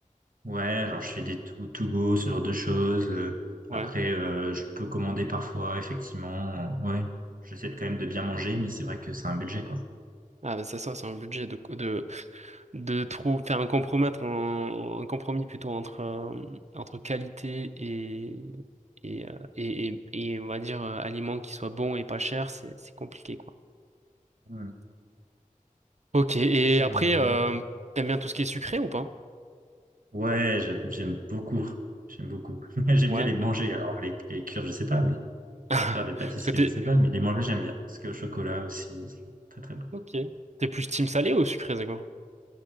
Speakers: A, on the right; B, on the right.
A: Ouais, genre je fais des to, to go, ce genre de choses. Euh,
B: Ouais.
A: après, euh, je peux commander parfois, effectivement. Ouais, j'essaie de- quand même de bien manger, mais c'est vrai que c'est un budget, quoi.
B: Ah bah ça ça c'est un budget de de de trouver, faire un compromettre un, un compromis plutôt entre euh, entre qualité et et, euh, et et et on va dire euh, aliments qui soient bons et pas chers, c'est c'est compliqué quoi.
A: Mm.
B: Ok, et
A: Mm.
B: après, euh, t'aimes bien tout ce qui est sucré ou pas?
A: Ouais, j'aime j'aime beaucoup. J'aime beaucoup. <laughs> J'aime
B: Ouais.
A: bien les manger. Alors les, les cuire, je sais pas, mais
B: <laughs> Parce
A: faire des pâtisseries,
B: que t'es
A: je sais pas, mais les manger, j'aime bien. Parce que au chocolat aussi, c'est très très bon.
B: ok, t'es plus team salé ou sucré, c'est quoi?